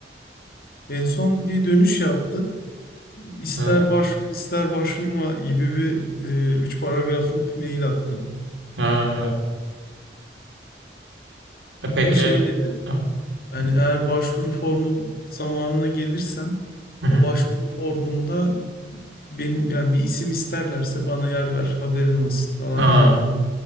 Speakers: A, on the left; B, on the right.
A: En son bir dönüş yaptı. İster
B: Evet.
A: başvur ister başvurma gibi bir e, üç paragraflık mail attı.
B: Ha, evet. E peki
A: Ama şey dedi
B: ha,
A: hani eğer başvuru formu zamanına gelirsen
B: hı hı.
A: o başvuru formunda benim yani bir isim isterlerse bana yer ver haberin olsun falan
B: Ha,
A: gibi dedi.